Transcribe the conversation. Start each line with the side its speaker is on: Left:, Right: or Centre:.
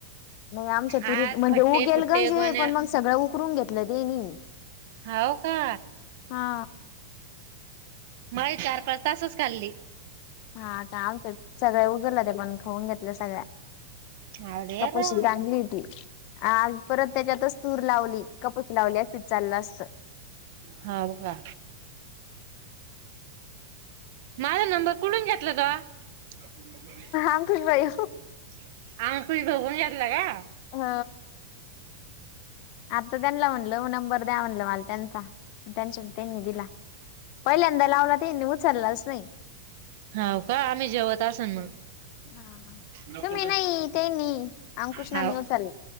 Left: नाही <unintelligible> आमच्या तुरीत
Right: आज
Left: म्हणजे
Right: फट्टे
Left: उ गेल
Right: फुट्टे
Left: गण
Right: गोण्या
Left: पण मग सगळं उकरून घेतलं देणी
Right: होव का
Left: हा
Right: माय चार पाच तासच खाल्ली
Left: हा कामच सगळ उघडलं ते पण खाऊन घेतलं सगळ्या
Right: अरे
Left: कपपशी
Right: वा
Left: चांगली हुती ह परत त्याच्यातच तूर लावली कपच लावली अस विचारलं असतं
Right: हाव का माझा नंबर कुडून घेतला ग नाप नबार
Left: अंकुश भाई
Right: <unintelligible> बघून घेतला काय हां.
Left: ह आता त्यांना म्हणलं नंबर द्या म्हणलं, मला त्यांचा कांचन ताईनी दिला पहिल्यांदा लावला ते नि उचललाच नाही?
Right: होव का आम्ही जेवत असणं
Left: हा हा.
Right: मग
Left: तुम्ही नाही त्यांनी अंकुशनानी
Right: हव
Left: उचलला